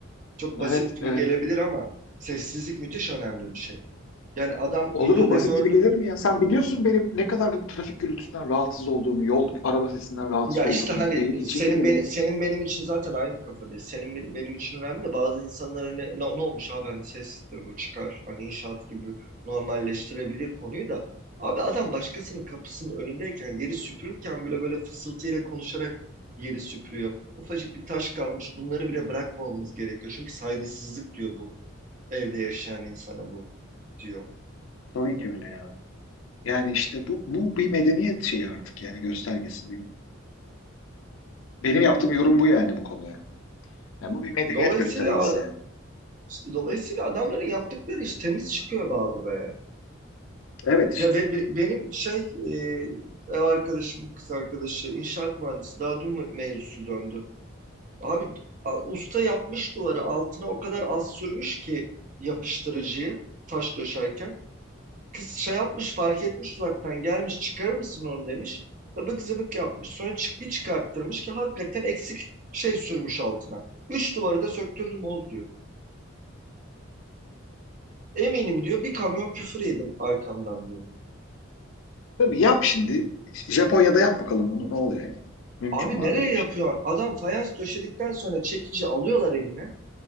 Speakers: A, on the right; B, on the left.
A: Çok basit
B: Evet,
A: gibi
B: evet.
A: gelebilir ama sessizlik müthiş önemli bir şey. Yani adam
B: Olur
A: videoda
B: mu? Basit
A: gördüm
B: gibi gelir mi ya? Sen biliyorsun benim ne kadar trafik gürültüsünden rahatsız olduğumu, yol araba sesinden rahatsız
A: Ya
B: olduğumu,
A: işte hani
B: evin içinde
A: senin
B: bile.
A: beni senin benim için zaten aynı kafadayız. Senin benim, benim için önemli de bazı insanlar hani ne, ne olmuş abi hani sestir bu çıkar. Hani inşaat gibi normalleştirebilir konuyu da. Abi adam başkasının kapısının önündeyken yeri süpürürken bile böyle fısıltıyla konuşarak yeri süpürüyor. Ufacık bir taş kalmış. Bunları bile bırakmamamız gerekiyor. Çünkü saygısızlık diyor bu evde yaşayan insana bu diyor.
B: Tabii ki öyle ya. Yani işte bu bu bir medeniyet şeyi artık yani göstergesi. Benim, benim yaptığım yorum bu yani bu konuya. Yani bu bir medeniyet
A: E, Dolayısıyla
B: göstergesi
A: ad-
B: yani.
A: işte dolayısıyla adamların yaptıkları iş temiz çıkıyor be abi be.
B: Evet işte.
A: Ya be- be- benim şey e, ev arkadaşım, kız arkadaşı inşaat mühendisi. Daha dün me- mevzusu döndü. Abi a- usta yapmış duvarı altına o kadar az sürmüş ki yapıştırıcıyı taş döşerken. Kız şey yapmış fark etmiş uzaktan gelmiş çıkarır mısın onu demiş. Abık zıbık yapmış. Sonra çık bir çıkarttırmış ki hakikaten eksik şey sürmüş altına. Üç duvarı da söktürdüm Oğuz diyor. Eminim diyor bir kamyon küfür yedim arkamdan diyor.
B: Tabii yap şimdi. Japonya'da yap bakalım bunu ne oluyor yani. Mümkün
A: Abi
B: mü
A: nereye
B: abi böyle
A: yapıyorsun?
B: bir şey?
A: Adam fayans döşedikten sonra çekici alıyorlar eline.